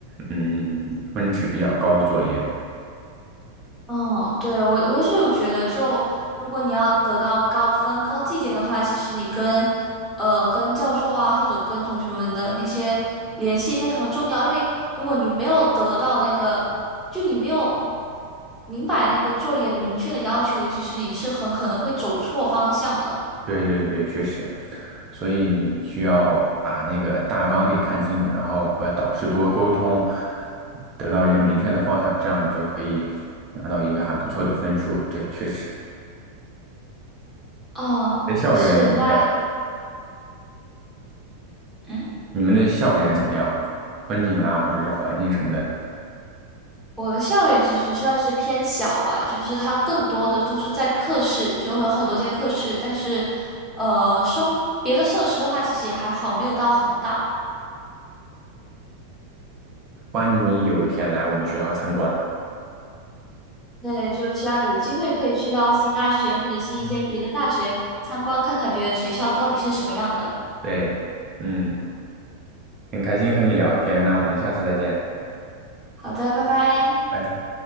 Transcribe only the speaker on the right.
嗯，分值比较高的作业。
对对对，确实，所以你需要把那个大纲给看清楚，然后和导师多沟通，得到一个明确的方向，这样你就可以拿到一个还不错的分数。对，确实。
你的校园怎么样？
你们的校园怎么样？风景啦，或者是环境什么的，
欢迎你有一天来我们学校参观。
嗯，
对，嗯，很开心和你聊天，那我们下次再见，
拜。